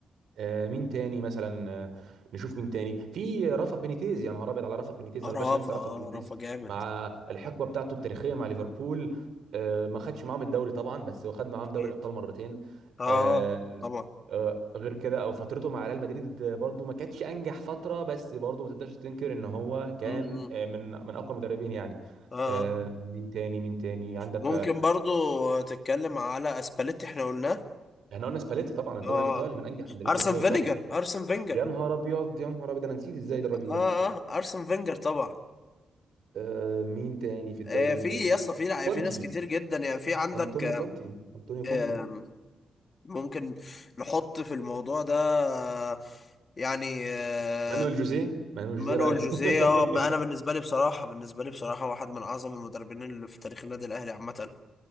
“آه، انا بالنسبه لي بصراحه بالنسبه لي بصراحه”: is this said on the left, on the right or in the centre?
Left